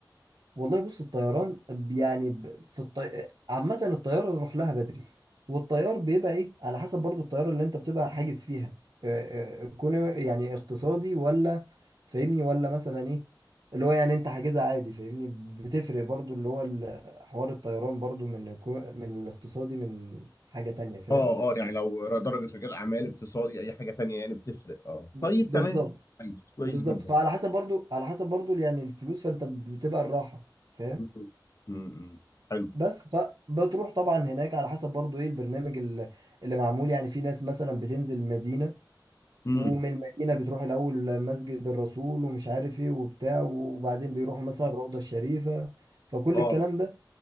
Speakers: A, on the right; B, on the left.
A: والله بص الطيران ب- يعني ب- في الطي... عامة الطيارة نروح لها بدري والطيار بيبقى ايه على حسب برضو الطيارة اللي انت بتبقى حاجز فيها آه، آه، كون يعني اقتصادي ولا فاهمني ولا مثلا ايه اللي هو يعني انت حاجزها عادي فاهمني بتفرق برضو اللي هو ال- حوار الطيران برضو من كو- من الاقتصادي من حاجة تانية فاهم
B: اه اه يعني لو ر- درجه رجال اعمال اقتصادي اي حاجه تانية يعني بتفرق اه
A: ب-
B: طيب
A: بالظبط
B: تمام كويس كويس
A: بالظبط
B: جدا
A: فعلى حسب برضو على حسب برضو يعني الفلوس فانت بتبقى الراحة فاهم
B: م- م- م. حلو
A: بس فبتروح طبعا هناك على حسب برضو ايه البرنامج اللي, اللي معمول يعني في ناس مثلا بتنزل مدينة
B: امم
A: ومن المدينة بتروح الأول مسجد الرسول ومش عارف ايه وبتاع وبعدين بيروحوا مثلا الروضة الشريفة فكل
B: اه
A: الكلام ده